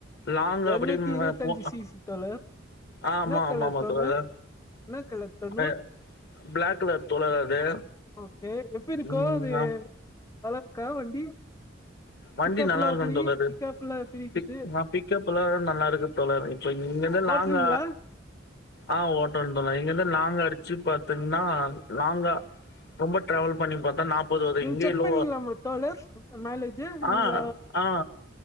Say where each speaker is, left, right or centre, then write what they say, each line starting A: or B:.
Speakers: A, on the left (about 55°); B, on the left (about 15°).
A: லாங்க
B: எரநூத்தி
A: அப்படின்ம
B: இருவத்தஞ்சு
A: போ
B: சிசி தோழர்
A: ஆமா
B: என்ன கலர்
A: ஆமா ஆமா
B: தோழர்
A: தோழரே
B: என்ன கலர் தோழர்
A: அ பிளாக் கலர் தோழர் அது
B: ஓகே எப்பிருக்கோ
A: ம்,
B: அது நல்லாருக்கா வண்டி
A: வண்டி
B: பிக்கப்லா
A: நல்லாருக்கும்ன்னு
B: எப்டி
A: தோணுது
B: பிக்கப்லா எப்டி இருக்குது
A: பிக் நா பிக்கப் எல்லா நல்லாருக்கு தோழரே இப்ப இங்கிர்ந்து
B: ஓட்றீங்களா
A: நாங்க ஆ ஓட்ரன்டுர்லா இங்க இருந்து லாங்கார்ச்சு பாத்தீங்னா லாங்கா ரொம்ப டிரவல் பண்ணி பாத்தா நாப்பது வகை
B: நீங்க
A: இங்கேலோ
B: செக் பண்ணீங்களா உங்க தோழர் மைலேஜ்
A: ஆ
B: நீங்க
A: ஆ